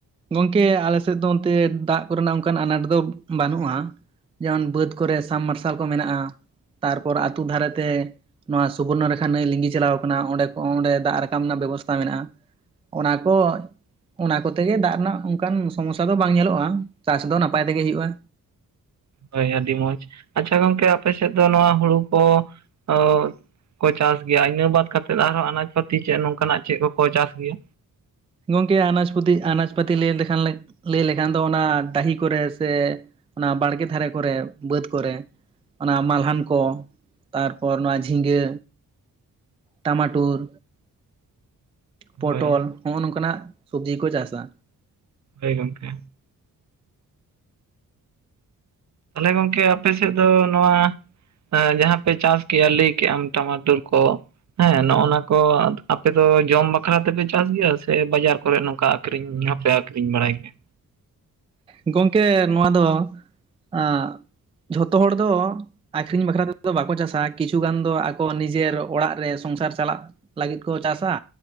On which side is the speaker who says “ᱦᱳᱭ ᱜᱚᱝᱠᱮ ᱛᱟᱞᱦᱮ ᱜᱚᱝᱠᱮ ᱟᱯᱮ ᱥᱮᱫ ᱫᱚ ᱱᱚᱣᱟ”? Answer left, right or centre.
Right